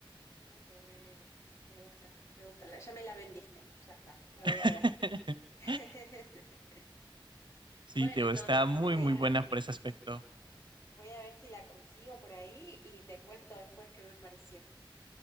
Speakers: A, on the left; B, on the right.
A: ay, qué bueno. Me gusta, me gusta. La- Ya me la vendiste. Ya está, la voy
B: <laughs>
A: a ver. <laughs>
B: sí,
A: Bueno,
B: Teo,
A: entonces,
B: está muy,
A: me voy
B: muy
A: a,
B: buena por ese aspecto.
A: voy a ver si la consigo por ahí y te cuento después qué me pareció.